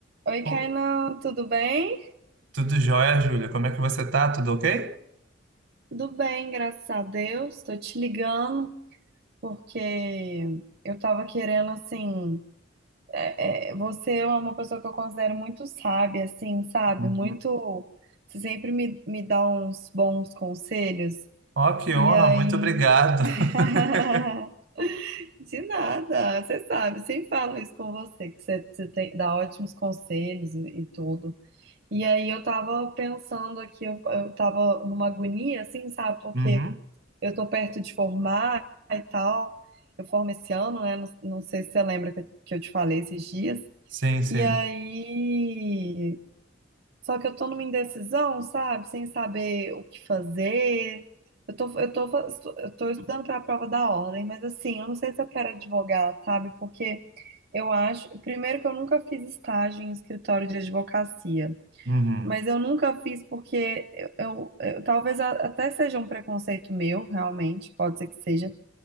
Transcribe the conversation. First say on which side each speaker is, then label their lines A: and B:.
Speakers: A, on the right; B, on the right.
A: Oi,
B: Pô,
A: Kainan, tudo bem?
B: Tudo jóia, Júlia? Como é que você tá? Tudo ok?
A: Tudo bem, graças a Deus. Tô te ligando porque eu tava querendo, assim, é, é, você é uma pessoa que eu considero muito sábia, assim, sabe?
B: Uhum.
A: Muito, você sempre me, me dá uns bons conselhos.
B: Ó, que
A: E
B: honra,
A: aí...
B: muito obrigado.
A: <laughs>
B: <laughs>
A: De nada, você sabe, sempre falo isso com você, que você, você tem, dá ótimos conselhos e e tudo. E aí eu tava pensando aqui, eu, eu tava numa agonia, assim, sabe? Porque
B: Uhum.
A: eu tô perto de formar e tal. Eu formo esse ano, né? Não, não sei se você lembra que eu, que eu te falei esses dias.
B: Sim, sim.
A: E aí. Só que eu tô numa indecisão, sabe? Sem saber o que fazer. Eu tô, eu tô, fa- eu tô estudando pra prova da ordem, mas assim, eu não sei se eu quero advogar, sabe? Porque eu acho. Primeiro que eu nunca fiz estágio em escritório de advocacia.
B: Uhum,
A: Mas eu nunca fiz porque eu, eu- eu- talvez a- até seja um preconceito meu, realmente, pode ser que seja,